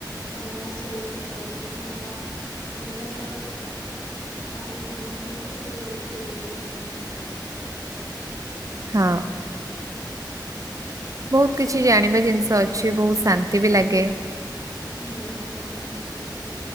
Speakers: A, on the left; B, on the right.
A: ବନାରସ ହଉ କି ଯୋଉ ଗଙ୍ଗା। ଗଙ୍ଗାର ଆରତି କରନ୍ତି ତ ସେଇଭଳି ପୁରୀରେ ବି ଆମର ହୁଏ।
B: ହଁ ବହୁତ କିଛି ଜାଣିବା ଜିନିଷ ଅଛି ବହୁତ ଶାନ୍ତି। ବି ଲାଗେ।
A: ଭଲ ଲାଗେ ଜାଣିବା ଜିନିଷ ସହଜୋଗ